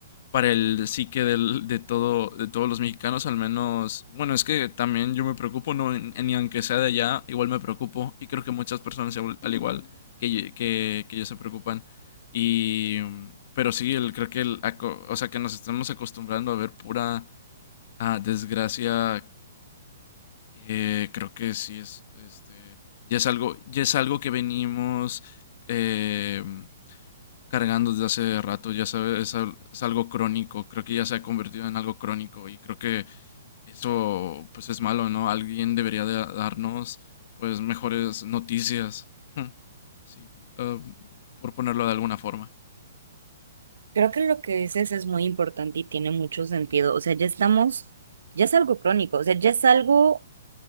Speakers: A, on the left (about 40°); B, on the right (about 80°).
A: para el psique del, de todo, de todos los mexicanos, al menos, bueno, es que también yo me preocupo, no, en- ni aunque sea de allá, igual me preocupo y creo que muchas personas igual- al igual que, ye- que, que yo se preocupan. Y, mm, pero sí, el, creo que, el, aco- o sea, que nos estamos acostumbrando a ver pura ah, desgracia, eh, creo que sí es, este, ya es algo, ya es algo que venimos, eh, cargando desde hace rato, ya sabes, es, al- es algo crónico, creo que ya se ha convertido en algo crónico y creo que eso pues es malo, ¿no? Alguien debería de darnos pues mejores noticias, <laughs> sí, ah, por ponerlo de alguna forma.
B: Creo que lo que dices es muy importante y tiene mucho sentido. O sea, ya estamos, ya es algo crónico, o sea, ya es algo